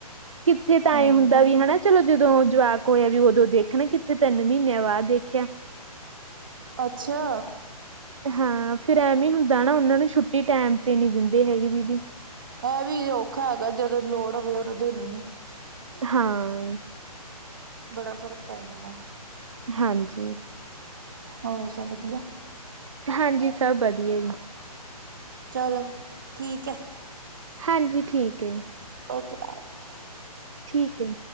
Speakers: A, on the right; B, on the right.
A: ਕਿੱਥੇ ਟਾਈਮ
B: ਹਮ
A: ਹੁੰਦਾ ਵੀ ਹਨਾ ਚਲੋ? ਜਦੋਂ ਜਵਾਕ ਹੋਇਆ ਵੀ ਉਦੋਂ ਦੇਖਣਾ ਕਿੱਥੇ? ਤਿੰਨ ਮਹੀਨਿਆਂ ਬਾਅਦ ਦੇਖਿਆ।
B: ਅੱਛਾ।
A: ਹਾਂ, ਫਿਰ ਐਵੇਂ ਈ ਹੁੰਦਾ ਨਾ, ਉਹਨਾਂ ਨੂੰ ਛੁੱਟੀ ਟੈਮ ਤੇ ਨਹੀਂ ਦਿੰਦੇ ਹੈਗੇ ਦੀਦੀ।
B: ਏਹ ਵੀ ਔਖਾ ਹੈਗਾ, ਜਦੋਂ ਲੋੜ ਹੋਵੇ, ਉਦੋਂ ਦੇਣੀ ਨੀ।
A: ਹਾਂ।
B: ਬੜਾ ਫ਼ਰਕ ਪੈ ਜਾਂਦਾ।
A: ਹਾਂਜੀ।
B: ਹੋਰ ਸਭ ਵਧੀਆ?
A: ਹਾਂਜੀ ਸਭ ਵਧੀਆ ਜੀ।
B: ਚਲੋ, ਠੀਕ ਹੈ।
A: ਹਾਂਜੀ, ਠੀਕ ਏ।
B: Okay bye bye.
A: ਠੀਕ ਏ।